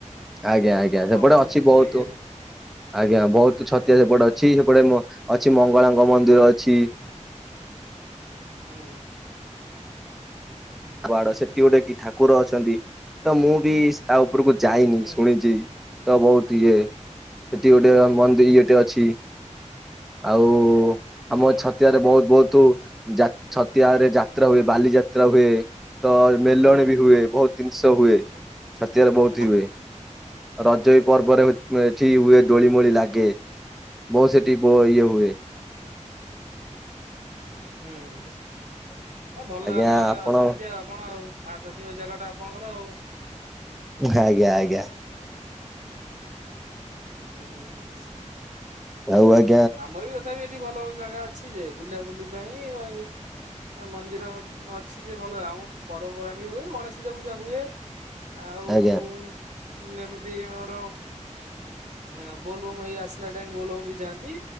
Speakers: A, in the centre; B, on the right (about 80°).
A: ଆଜ୍ଞା ଆଜ୍ଞା ସେପଟେ
B: ଆପଣ ଛତିଆ
A: ଅଛି ବହୁତୁ
B: ଇଏରେ
A: ଆଜ୍ଞା ବହୁତ ଛତିଆ ସେପଟେ ଅଛି ସେପଟେ ମ ଅଛି ମଙ୍ଗଳାଙ୍କ ମନ୍ଦିର ଅଛି।
B: ହୁଁ।
A: ପାହାଡ଼ ସେଠି ଗୋଟେ କି ଠାକୁର ଅଛନ୍ତି ତ ମୁଁ ବି ତା ଉଉପୁକୁ ଯାଇନି
B: ହୁଁ
A: ଶୁଣିଚି ତ ବହୁତ ଇଏ ସେଠି
B: ହୁଁ
A: ଗୋଟେ ମନ୍ଦିର୍ ଟେ ଅଛି। ଆଉ
B: ହୁଁ
A: ଆମ ଛତିଆ ରେ ବହୁତ୍ ବହୁତୁ ଯା ଛତିଆଡେ ଯାତ୍ରା ହୁଏ। ବାଲିଯାତ୍ରା ହୁଏ ତ ମେଲଣ
B: ହୁଁ
A: ବି ହୁଏ ବହୁତ ଦିନିଷ ହୁଏ।
B: ହୁଁ
A: ଛାତିଆରେ ବହୁତି
B: ହୁଁ
A: ହୁଏ। ରଜ
B: ହୁଁ
A: ବି ପର୍ବରେ ଏଠି ହୁଏ ଦୋଳି ମୋଳି ଲାଗେ ବହୁତ ସେଠି ବୋ ଇଏ ହୁଏ।
B: ହୁଁ ହୁଁ ଆଉ ଭଲ
A: ଆଜ୍ଞା
B: ଜାଗା
A: ଆପଣ
B: ଅଛନ୍ତି ଆଉ ଆପଣ ଆଉ। <unintelligible> ଜାଗାଟା ଆପଣଙ୍କର ଆଉ।
A: <unintelligible>
B: ହୁଁ।
A: ଆଉ ଆଗ୍
B: ଆମର ବି ତଥାପି ଏଠି ଭଲ, ଭଲ ଜାଗା ଅଛି ଯେ ବୁଲା ବୁଲି ପାଇଁ। <unintelligible> ମନ୍ଦିର ଅଛି ଯେ ଭଲ, ଆମ ପର୍ବପର୍ବାଣି ବି ହୁଏ, ଗଣେଶ ପୂଜା ଫୁଜା ହୁଏ। ଆଉ
A: ଆଜ୍ଞା।
B: ଉଁ, ଏମିତି ଆମର ଆ, ବୋଲବମ୍ ହେଇ ଆସିଲା ଟାଇମ୍ ବୋଲବମ୍ ବି ଯାଆନ୍ତି,